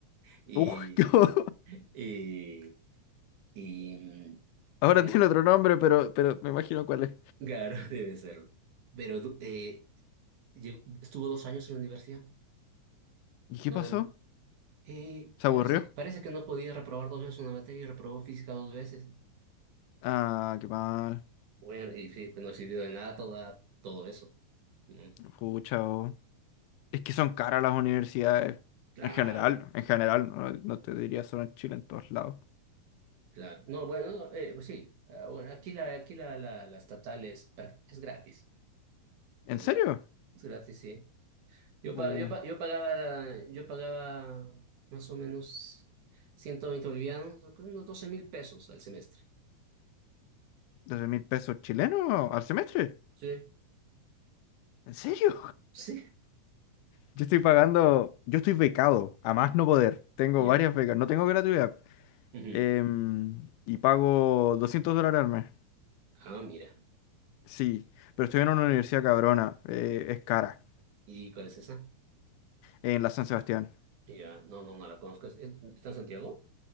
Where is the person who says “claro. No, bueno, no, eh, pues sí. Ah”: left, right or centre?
Right